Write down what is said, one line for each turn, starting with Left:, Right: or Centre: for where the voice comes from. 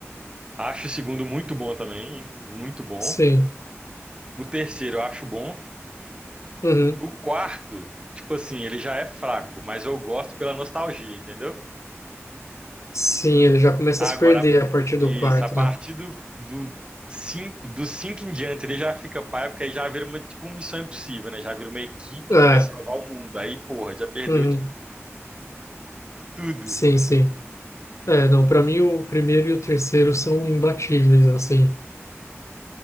Right: Acho o segundo muito bom também, hein? Muito bom.
Left: sim.
Right: O terceiro eu acho bom.
Left: Uhum.
Right: O quarto, tipo assim, ele já é fraco, mas eu gosto pela nostalgia, entendeu?
Left: Sim, ele já começa
Right: Agora,
Left: a se perder a partir
Right: isso,
Left: do quarto,
Right: a partir
Left: né?
Right: do, do cinco, dos cinco em diante, ele já fica pai, porque aí já vira uma, tipo, uma missão impossível, né? Já vira uma equipe
Left: É,
Right: que vai salvar o mundo. Aí, porra, já perdeu,
Left: uhum.
Right: tipo, tudo.
Left: Sim, sim. É, não, pra mim o primeiro e o terceiro são imbatíveis, assim.